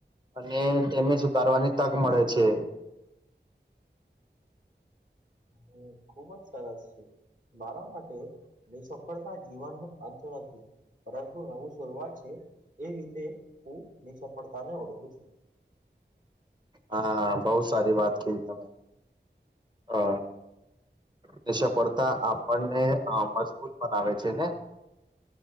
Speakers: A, on the right (about 25°); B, on the right (about 45°).
A: અને તેને સુધારવાની તક મળે છે.
B: હમ્મ, ખુબ જ સરસ છે. મારા માટે નિસફળતા જીવનનો અંત નથી. પરંતુ નવું શરૂઆત છે એ રીતે હું ની સફળતાને ઓળખું છું.
A: હા બહુ સારી વાત ક તમે અ તે સફળતા આપણને મજબૂત બનાવે છે ને